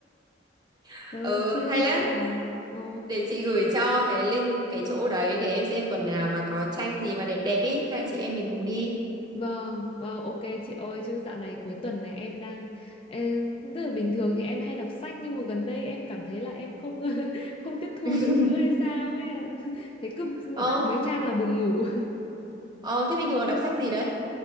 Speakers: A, on the right; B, on the left.
A: <laughs>
B: Trời
A: Ừ
B: ơi, chuyên
A: hay
B: đi
A: lắm.
B: chụp ảnh. Ồ,
A: Để chị gửi cho cái link cái chỗ đấy để em xem tuần nào mà có tranh gì mà đẹp đẹp ý, hai chị em mình cùng đi.
B: vâng, ờ, ok chị ơi, chứ dạo này cuối tuần này em đang em, tức là bình thường thì em hay đọc sách nhưng mà gần đây em cảm thấy là em không <laughs> không tiếp thu
A: <laughs>
B: được nữa hay sao ấy. <laughs> Thấy cứ
A: Ờ,
B: đọc mấy trang là buồn ngủ.
A: ờ thế bình thường là đọc sách gì đấy?